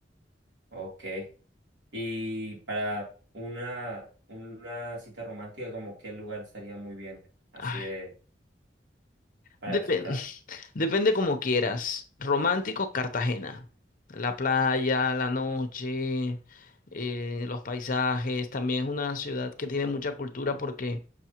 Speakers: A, on the right (about 75°); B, on the left (about 50°).
A: Ok. Y para una, una cita romántica, como qué lugar estaría muy bien, así
B: Ay,
A: de, para
B: depende,
A: visitar.
B: <laughs> depende como quieras. Romántico, Cartagena. La playa, la noche, eh, los paisajes. También es una ciudad que tiene mucha cultura porque